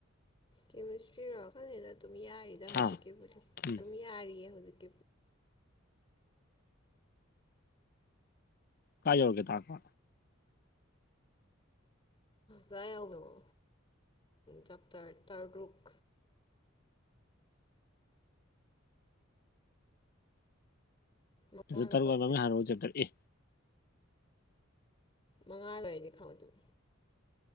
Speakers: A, on the left; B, on the left.
A: ꯀꯦꯃꯤꯁꯇ꯭ꯔꯤꯔꯣꯈꯜꯅꯤꯗ ꯑꯗꯨꯝ ꯌꯥꯔꯤꯗ ꯍꯧꯖꯤꯛꯀꯤꯕꯨꯗꯤ
B: ꯍꯥ ꯎꯝ
A: ꯑꯗꯨꯝ ꯌꯥꯔꯤꯌꯦ ꯍꯧꯖꯤꯛꯀꯤ
B: ꯀꯥꯏ ꯌꯧꯔꯒꯦ ꯇꯥꯛꯄ
A: ꯌꯥꯥꯏ ꯑꯅꯦꯕ ꯗꯞ ꯇꯔ ꯇꯔꯨꯛ ꯃꯉꯥ
B: ꯑꯗꯨꯗ ꯇꯔꯨꯛꯕ
A: ꯂꯣꯏ
B: ꯑꯃ ꯍꯔꯣ ꯆꯦꯇꯔ ꯑꯦ
A: ꯃꯉꯥ ꯑꯗꯨꯋꯥꯏꯗꯤ ꯈꯪꯕꯗ